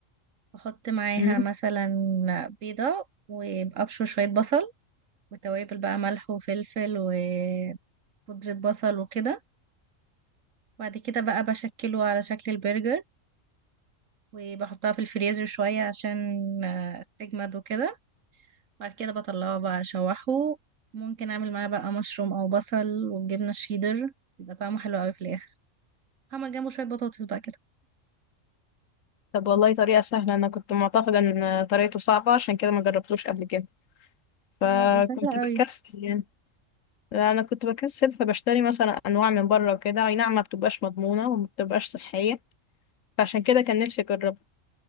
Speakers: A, on the right; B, on the left.
A: بحط معاها
B: مم.
A: مثلا بيضة وأبشر شوية بصل وتوابل بقى ملح وفلفل وبودرة بصل وكده بعد كده بقى بشكله على شكل البرجر وبحطها في الفريزر شوية عشان آه، تجمد وكده بعد كده بطلعه بقى أشوحه ممكن أعمل معاه بقى مشروم أو بصل والجبنة الشيدر بيبقى طعمه حلو أوي في الآخر هعمل جنبه شوية بطاطس بقى كده
B: طب والله طريقة سهلة انا كنت معتقدة ان طريقته صعبة عشان كده ما جربتوش قبل كده فكنت
A: لا سهلة
B: بكسل
A: أوي
B: يعني انا كنت بكسل فبشتري مثلا انواع من بره وكده اي نعم ما بتبقاش مضمونه وما بتبقاش صحيه فعشان كده كان نفسي اجربها